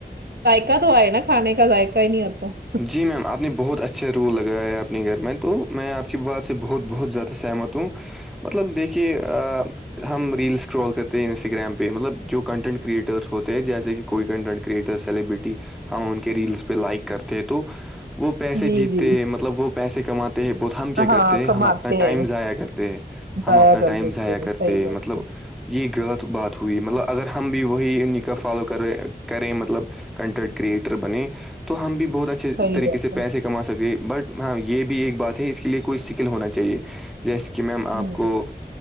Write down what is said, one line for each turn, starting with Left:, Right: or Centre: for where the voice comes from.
Right: <inaudible> تو ہے نا کانے کا ذائق ہی نہیں اتا
Centre: جی میم آپ نے بہت اچھا رول لگایا ہے اپنے گھر میں تو میں آپ کی بات سے بہت بہت زیادہ سہمت ہوں مطلب دیکھیے آ ہم ریلس اسکرال کرتے ہیں انسٹاگررام پہ مطلب جو کنٹینٹ کریئٹرس ہوتے ہیں جیسے کہ کوئی کنٹینٹ کریٹر سیبریٹی ہم ان کے ریلس پہ لائک کرتے تو وہ پیسے
Right: جی
Centre: جیتتے
Right: جی
Centre: ہیں مطلب وہ پیسے کماتے ہیں بہت ہم کیا کرتے
Right: ہاں کماتے
Centre: ہم اپنا ٹائم
Right: ہیں
Centre: ضائع کرتے
Right: ضائع
Centre: ہم اپنا
Right: کر
Centre: ٹائم
Right: دیتے
Centre: ضائع
Right: ہیں
Centre: کرتے
Right: صحیح بات
Centre: مطلب
Right: ہے
Centre: یہ غلط بات ہوئی ہے مطلب اگر ہم بھی وہی ان کا فالو کرے کریں مطلب کنٹینٹ کریئٹر بنے تو ہم بھی بہت اچھا اچھے
Right: صحیح
Centre: طریقے
Right: بات
Centre: سے
Right: ہے
Centre: پیسے کما سکے بٹ ہاں یہ بھی ایک بات ہے اس کے لیے کوئی سکل ہونا چاہیے جیسے کہ میم آپ
Right: ہوں
Centre: کو